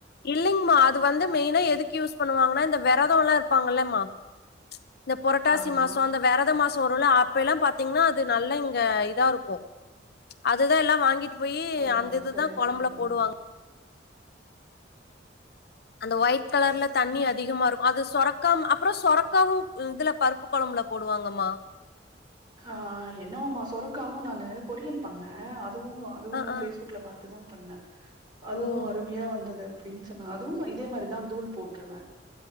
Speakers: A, on the left; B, on the right.
A: இல்லைங்கமா அது வந்து மெயினா எதுக்கு யூஸ் பண்ணுவாங்கன்னா இந்த வெரதோலா இருப்பாங்கல்லமா இந்த புரட்டாசி
B: ஆமா
A: மாசோ அந்த வெரத மாசோ வருல அப்பெல்லா பாத்தீங்கன்னா அது நல்லா இதா இருக்கு அதுதா எல்லா வாங்கிட்டு போயி
B: ஓ
A: அந்த இதுதா
B: சரி
A: கொழம்புல
B: சரிம்மா
A: போடுவாங்க அந்த ஒயிட் கலர்ல தண்ணி அதிகமா இருக்கு அது சொரக்காம் அப்றோ சொரக்காவு இதுல பருப்பு கொழம்புல போடுவாங்கம்மா
B: ஆ என்னாமா சொரக்காவு நானு பொறியல் பண்ணே அதுவு அதுவு
A: ஆ ஆ
B: பேஸ்புக்ல பாத்துதா பண்ணே அதுவு
A: ஓ
B: அருமையா வந்தது அப்டின் சொன்னா அதுவுதா இதே மாரிதா தூள் போட்ருவே